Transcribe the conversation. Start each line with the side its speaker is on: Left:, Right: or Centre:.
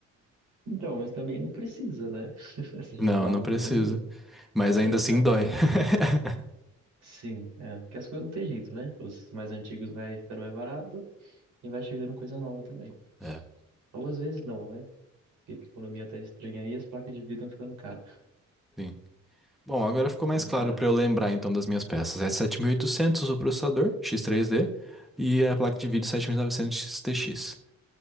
Right: Então, mas também não precisa, né? <laughs> Você
Centre: Não,
Right: já tá
Centre: não
Right: bem,
Centre: preciso. Mas ainda
Right: né,
Centre: assim
Right: tá bem,
Centre: dói. <laughs>
Right: sim, é. Que as coisas não tem jeito, né? Os mais antigos vai ficando mais barato e vai chegando coisa nova também.
Centre: É.
Right: Ou às vezes não, né? Porque a economia tá estranha aí, as placas de vídeo estão ficando caras.
Centre: Sim. Bom, agora ficou mais
Right: Uma
Centre: claro para eu lembrar então das minhas peças. É 7800 o processador x três d e a placa de vídeo 7900 XTX.